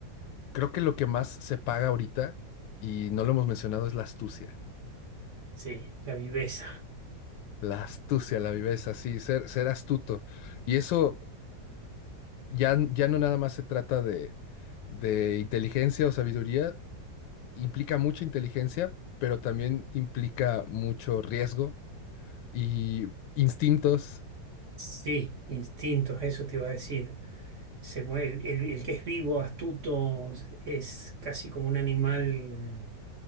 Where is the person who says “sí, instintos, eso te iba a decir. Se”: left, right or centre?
Right